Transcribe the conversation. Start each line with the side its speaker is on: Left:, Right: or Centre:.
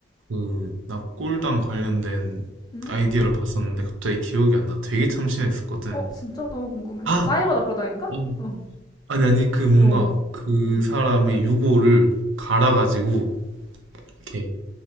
Right: 그 납골당 관련된
Left: 음?
Right: 아이디어를 봤었는데 갑자기 기억이 안 나. 되게 참신했었거든.
Left: 어, 진짜 너무 궁금해.
Right: 아!
Left: 뭐 사이버 낙골당인가?
Right: 음.
Left: 어,
Right: 아니, 아니, 그 뭔가
Left: 어.
Right: 그
Left: 음.
Right: 사람의 유골을 갈아가지고 이렇게